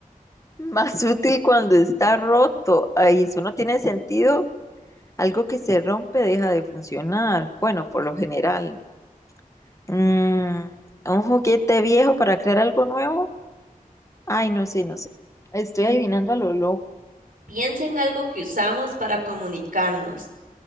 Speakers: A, on the left; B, on the right.
A: Más útil cuando está roto. Ay, eso no tiene sentido. Algo que se rompe deja de funcionar. Bueno, por lo general. Mm, un juguete viejo para crear algo nuevo. Ay, no sé, no sé. Estoy
B: Mm,
A: adivinando a lo loco.
B: Piensa en algo que usamos para comunicarnos.